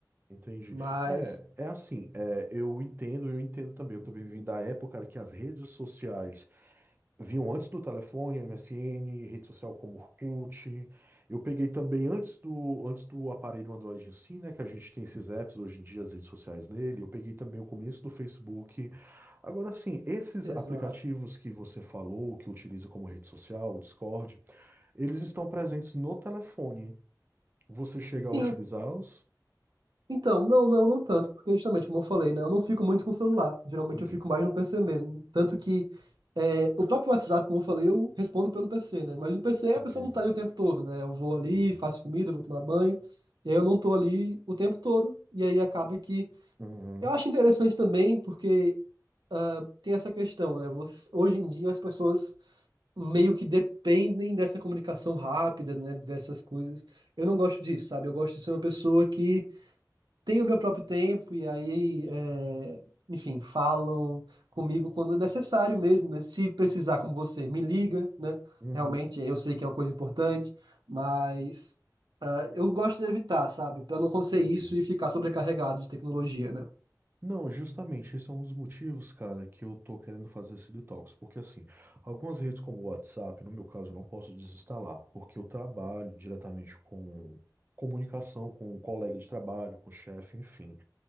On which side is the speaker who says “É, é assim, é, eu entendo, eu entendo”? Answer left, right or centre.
Right